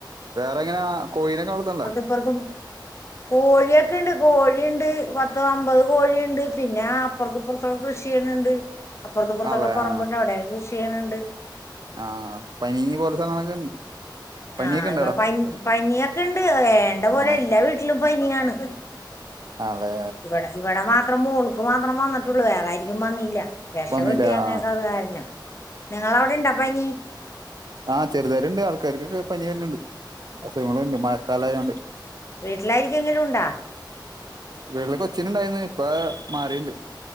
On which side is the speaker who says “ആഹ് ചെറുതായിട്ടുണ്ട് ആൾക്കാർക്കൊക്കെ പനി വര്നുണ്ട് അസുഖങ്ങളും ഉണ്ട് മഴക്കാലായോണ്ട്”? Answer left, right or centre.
Right